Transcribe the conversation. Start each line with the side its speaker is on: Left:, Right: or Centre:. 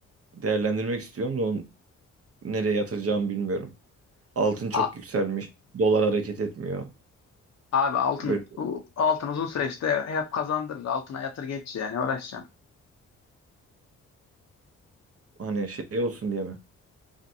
Right: değerlendirmek istiyorum da onu nereye yatıracağımı bilmiyorum. Altın çok
Left: A-
Right: yükselmiş. Dolar hareket etmiyor.
Left: abi altın
Right: Böyle
Left: u- altın uzun süreçte hep kazandırır. Altına yatır geç yani uğraşacaksın.
Right: hani şey olsun diye mi?